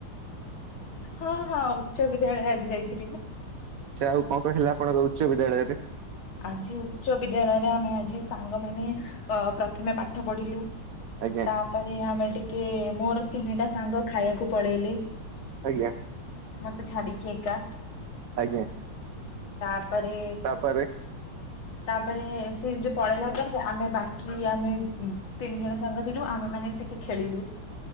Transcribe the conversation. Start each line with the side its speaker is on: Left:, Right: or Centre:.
Left: ହଁ ଉଚ୍ଚ ବିଦ୍ୟାଳୟ ଆଜି ଯାଇ। <inaudible>
Right: ଆଛା ଆଉ କଣ କଣ ହେଲା ଆପଣଙ୍କ ଉଚ୍ଚ ବିଦ୍ୟାଳୟରେ।
Left: ଆଜି ଉଚ୍ଚ ବିଦ୍ୟାଳୟରେ ଆମେ ଆଜି ସାଙ୍ଗମାନେ ପ୍ରଥମେ ପାଠ ପଢିଲୁ।
Right: ଆଜ୍ଞା
Left: ତାପରେ ଆମେ ଟିକେ ମୋର ତିନିଟା ସାଙ୍ଗ ଖାଇବାକୁ ପଳେଇଲେ।
Right: ଆଜ୍ଞା।
Left: ମତେ ଛାଡିକି ଏକା।
Right: ଆଜ୍ଞା।
Left: ତାପରେ
Right: ତାପରେ
Left: ତାପରେ ସେ ଯୋଉ ପଳେଇଲା ପରେ ଆମେ ବାକି ଆମେ ତିନି ଜଣ ସାଙ୍ଗ ଥିଲୁ ଆମେ ମାନେ ଟିକେ ଖେଳିଲୁ।